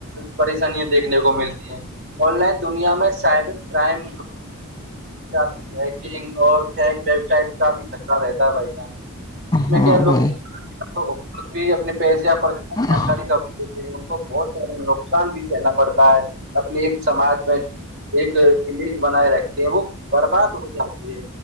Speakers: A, on the right; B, on the left.
A: پریشانییاں دیکھنے کو ملتی ہیں <unintelligible> آن لائن دنیا میں سائبر کرائم نگ اور ویب سائٹ کا بھی خطرہ رہتا ہے بائی چانس ج میں
B: ہاں
A: کیا لوگ
B: بھائی
A: تو بھی اپنے پیسیاب پر جانکاری
B: ہاں
A: کر <unintelligible> ان کو بہت سارا نقصان بھی سنا پڑتا ہے اپنے ایک سماج میں <unintelligible> ایک امیج بنائے رکھتے ہیں وہ برباد ہو جاتی ہے